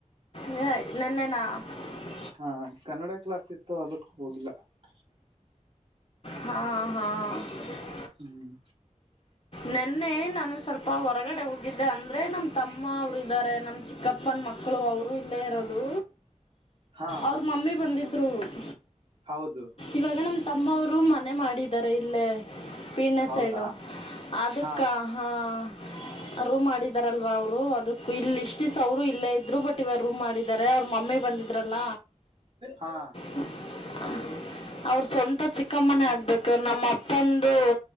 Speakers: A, on the left; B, on the right.
A: ಹೇ, ನೆನೇನ. <unintelligible>
B: ಹಾ ಕನ್ನಡ ಕ್ಲಾಸ್ ಇತ್ತು ಅದಕ್ಕೂ ಹೋಗಿಲ್ಲ? <unintelligible>
A: ಹಾ, ಹಾ. <unintelligible>
B: ಹ್ಮ್
A: ನೆನ್ನೆ ನಾನು ಸ್ವಲ್ಪ ಹೊರಗಡೆ! ಹೋಗಿದ್ದೆ ಅಂದ್ರೆ ನಮ್ಮ ತಮ್ಮ ಅವರು ಇದ್ದಾರೆ? <unintelligible> ನಮ ಚಿಕ್ಕಪ್ಪನ ಮಕ್ಕಳು, ಅವರು ಇಲ್ಲೇ ಇರೋದು
B: ಹಾ
A: ಅವ್ರ ಮಮ್ಮಿ ಬಂದಿದ್ರು. <inaudible>
B: ಹೌದು. <inaudible>
A: ಇವಾಗ ನಮ್ ತಮ್ಮವರು ಮನೆ ಮಾಡಿದ್ದಾರೆ ಇಲ್ಲೇ ಪೀಣ್ಣೆ
B: ಹೌದಾ
A: ಸೈಡು. <unintelligible> ಅದಕ್ಕ
B: ಹಾ
A: ಹಾ. <unintelligible> ರೂಮ್ ಮಾಡಿದಾರಲ್ವಾ! ಅವ್ರು ಅದಕ್ಕ ಇಲ್ಲಿ ಇಷ್ಟು, ದಿಸ್ಸಾ, ಇಲ್ಲೇ ಇದ್ರು ಬಟ್. <unintelligible> ರೂಮ್ ಮಾಡಿದ್ದಾರೆ, ಅವ್ರ ಮಮ್ಮಿ ಬಂದಿದ್ರಲ್ಲ.
B: ಹಾ
A: <unintelligible> ಅವ್ರ, ಸ್ವಂತ. <unintelligible> ಚಿಕ್ಕಮ್ಮನ, ಆಗ್ಬೇಕು ನಮ್ಮ ಅಪ್ಪಂದು